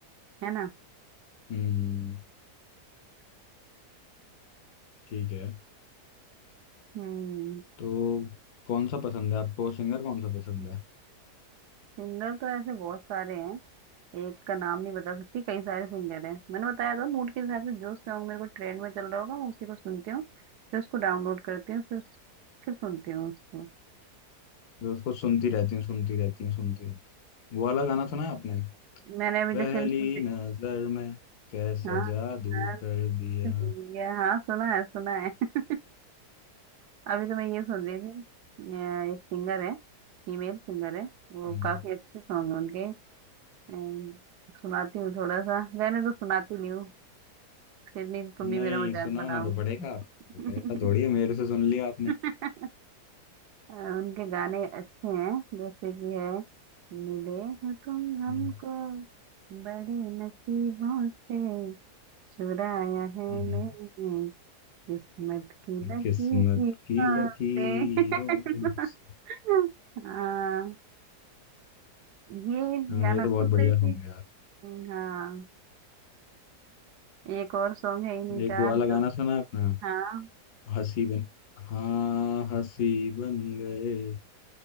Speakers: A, on the right; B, on the left.
A: है ना
B: हम्म ठीक है
A: हम्म
B: तो कौन सा पसंद है आपको सिंगर कौन सा पसंद है
A: सिंगर तो ऐसे बहुत सारे हैं एक का नाम नहीं बता सकती कई सारे सिंगर हैं मैंने बताया था मूड के हिसाब से जो सॉन्ग मेरे को ट्रेंड में चल रहा होगा मैं उसी को सुनती हूँ फिर उसको डाउनलोड करती हूँ फिर फिर सुनती हूँ उसको
B: मैं उसको सुनती रहती हूँ सुनती रहती हूँ सुनती रहती हूँ वो वाला गाना सुना है आपने
A: मैंने अभी
B: पहली
A: जैसे अभी सुने
B: नजर में कैसा
A: हाँ
B: जादू
A: हाँ
B: कर दिया
A: सुनी है, हाँ, सुना है सुना है <laughs> अभी तो मैं ये सुन रही थी अ, एक सिंगर है फीमेल सिंगर है वो
B: हम्म,
A: काफी अच्छे सॉन्ग है उनके अम, सुनाती हूँ थोड़ा सा रहने तो सुनाती नहीं हूँ फिर नहीं तो तुम
B: नहीं
A: भी मेरा मजाक
B: सुनाना तो पड़ेगा आपको
A: बनाओगे
B: ऐसा थोड़ी है मेरे से सुन लिया आपने
A: <laughs> अ, उनके गाने अच्छे हैं जैसे कि है मिले हो तुम हमको
B: हम्म,
A: बड़े नसीबों से चुराया है
B: हम्म,
A: मैंने किस्मत की लकीरों
B: किस्मत की लकीरों
A: से <laughs>
B: से
A: हाँ ये
B: हाँ
A: गाना
B: ये तो
A: सुन
B: बहुत बढ़िया
A: रही थी
B: सॉन्ग है यार
A: हाँ एक और सॉन्ग है इन्हीं
B: एक
A: का
B: वो वाला
A: जो
B: गाना सुना है आपने
A: हाँ
B: हंसी बन हाँ हंसी बन गए